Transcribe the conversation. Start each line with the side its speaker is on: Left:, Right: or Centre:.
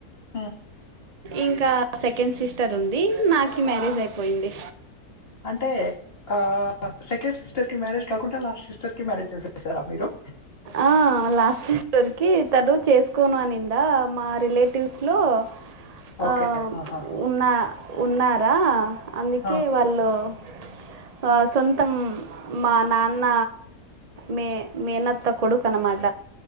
Left: హ్మ్.
Right: ఇంకా సెకండ్ సిస్టర్ ఉంది నాకి మ్యారేజ్ అయిపోయింది.
Left: అంటే ఆ సెకండ్ సిస్టర్ కి మ్యారేజ్ కాకుండా లాస్ట్ సిస్టర్ కి మ్యారేజ్ చేసేసారా మీరు
Right: ఆ లాస్ట్ సిస్టర్ కి తను చేసుకోను అనింది కదా మా రిలేటివ్స్ లో
Left: ఓకే.
Right: ఆ
Left: ఆహాహా!
Right: చ్ ఉన్నా ఉన్నారా అందుకే
Left: ఆ!
Right: వాళ్ ళ్ళు చ్ ఆ సొంతం మా నాన్న మే మేనత్ త్త కొడుకు అనమాట